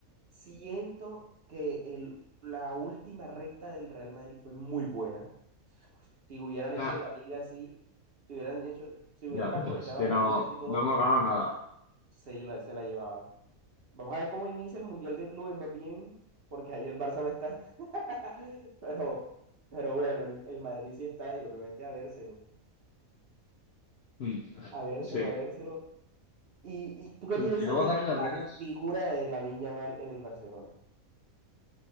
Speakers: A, on the right; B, on the left.
A: siento que el, la última recta del Real Madrid fue muy buena. Si hubieran hecho
B: nah,
A: la liga así, si hubieran hecho, si
B: ya,
A: hubieran
B: pero
A: aprovechado
B: es que
A: la
B: no,
A: liga así todo,
B: no hemos ganado nada.
A: se, la- se la llevaban. Vamos a ver cómo inicia el Mundial de Clubes, más bien, porque ahí el Barça no está. <laughs> Pero, pero bueno, el, el Madrid sí está y obviamente a vérselo,
B: Mm,
A: a vérselo,
B: Sí.
A: a vérselo. ¿Y, y tú qué
B: Sí,
A: piensas
B: Y luego
A: de
B: también las
A: la
B: reglas,
A: figura de Lamine Yamal en el Barcelona?